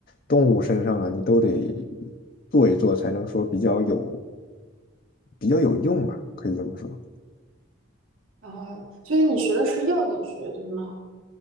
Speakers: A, on the left; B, on the right.
A: 动物身上啊，你都得做一做，才能说比较有比较有用吧，可以这么说。
B: 然所以你学的是药理学，对吗？